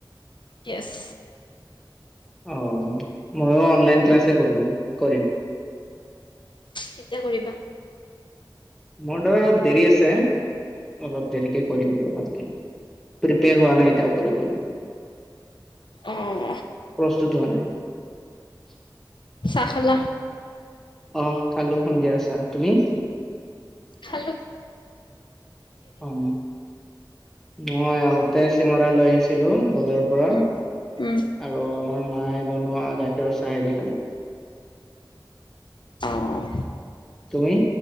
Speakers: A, on the left; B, in the centre.
A: ইয়েছ।
B: অ। ময়ো অনলাইন ক্লাছেই কৰো, কৰিম।
A: কেতিয়া কৰিবা?
B: মোৰ দ অলপ দেৰি আছে, অলপ দেৰিকে কৰিম। প্ৰিপেয়াৰ হোৱা নাই এতিয়াও কৰিবলৈ।
A: অহ।
B: প্ৰস্তুত <inaudible>
A: চাহ খালা।
B: অ, খালো সন্ধিয়া আছা তুমি?
A: হেল্ল'।
B: অ', মই আহোতে চিঙৰা লৈ আহিছিলো। বজাৰৰ পৰা
A: উম,
B: আৰু
A: উম।
B: আমাৰ মায়ে বনোৱা গাখীৰৰ চাহেদি খালো।
A: অ'।
B: তুমি